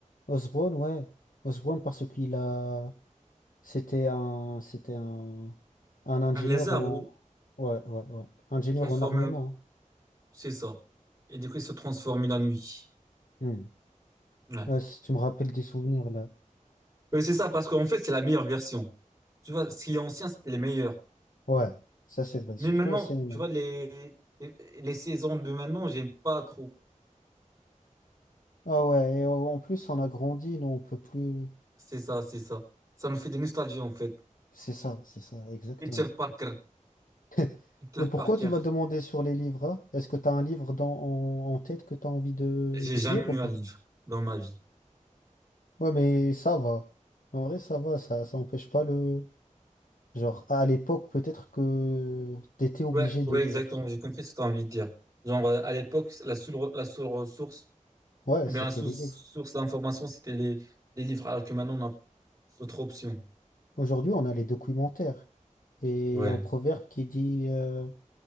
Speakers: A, on the left; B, on the right.
A: Osborn, ouais. Osborn parce qu'il a... C'était un, c'était un, un ingénieur
B: Un lézard
A: en,
B: ou
A: ouais, ouais, ouais, ingénieur
B: transformé,
A: en armement.
B: c'est ça. Et du coup, il se transforme la nuit.
A: hein. Hmm.
B: Ouais.
A: Là, si tu me rappelles des souvenirs là.
B: Oui, c'est ça, parce qu'en fait, c'est la meilleure version. Tu vois, ce qui est ancien, c'était les meilleurs.
A: Ouais, ça c'est vrai, surtout
B: Mais maintenant,
A: au cinéma.
B: tu vois, les, les, les saisons de maintenant, j'aime pas trop.
A: Ah ouais, et en en plus on a grandi, nous on peut plus.
B: C'est ça, c'est ça. Ça me fait des nostalgies, en fait.
A: C'est ça, c'est ça, exactement.
B: Peter Parker,
A: <laughs>
B: Peter
A: Et pourquoi
B: Parker.
A: tu m'as demandé sur les livres? hein Est-ce que tu as un livre dans, en, en tête que tu as envie de,
B: J'ai
A: de
B: jamais
A: lire
B: lu
A: ou pas?
B: un livre dans ma vie.
A: Ouais, mais ça va. En vrai, ça va, ça, ça empêche pas le. Genre, à l'époque, peut-être que t'étais obligé
B: Ouais,
A: de
B: ouais,
A: lire.
B: exactement. J'ai compris ce que tu as envie de dire. Genre, euh, à l'époque, la seule, re- la seule ressource,
A: Ouais,
B: Ou
A: c'était
B: bien, la source,
A: les livres.
B: source d'information, c'était les, les livres, alors que maintenant, on a d'autres options.
A: Aujourd'hui, on a les documentaires. Et
B: Ouais.
A: il y a un proverbe qui dit euh,